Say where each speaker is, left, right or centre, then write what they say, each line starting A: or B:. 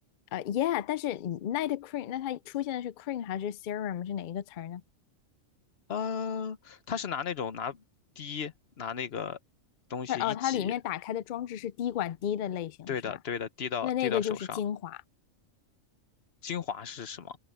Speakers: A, on the left; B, on the left.
A: 呃 uh,，yeah，但是 night cream，那它出现的是 cream 还是 serum 是哪一个词儿呢？
B: 呃，他是拿那种拿滴拿那个东西一挤，
A: 它哦，它里面打开的装置是滴管滴的类型是吧？
B: 对的对的，滴到滴到手上。
A: 那那个就是精华，
B: 精华是什么？